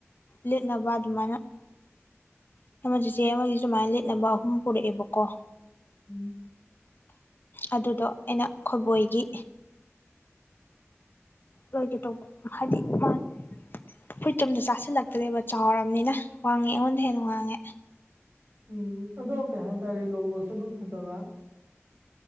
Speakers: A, on the left; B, on the right.
A: ꯂꯤꯠꯅꯕ ꯑꯗꯨꯃꯥꯏꯅ ꯆꯦꯆꯦ ꯑꯃꯒꯤꯗꯨ ꯁꯨꯃꯥꯏꯅ ꯂꯤꯠꯅꯕ ꯑꯍꯨꯝ ꯄꯨꯔꯛꯑꯦꯕꯀꯣ
B: ꯎꯝ
A: ꯑꯗꯨꯗꯣ ꯑꯩꯅ ꯈꯣꯏꯕꯣꯏꯒꯤ ꯑꯣꯏꯒꯤꯇꯣ ꯍꯥꯏꯗꯤ ꯃꯥ ꯐꯨꯔꯤꯠ ꯇꯤ ꯑꯝꯇ ꯆꯥꯁꯤꯜꯂꯛꯇ꯭ꯔꯦꯕ ꯆꯥꯎꯔꯕꯅꯤꯅ ꯋꯥꯡꯉꯦ ꯑꯩꯉꯣꯟꯗ ꯍꯦꯟꯅ ꯋꯥꯡꯉꯦ
B: ꯎꯝ ꯑꯗꯣ ꯀꯩ ꯍꯥꯏꯇꯥꯔꯦ ꯂꯣꯒꯣꯁꯨ ꯑꯗꯨꯝ ꯐꯖꯕ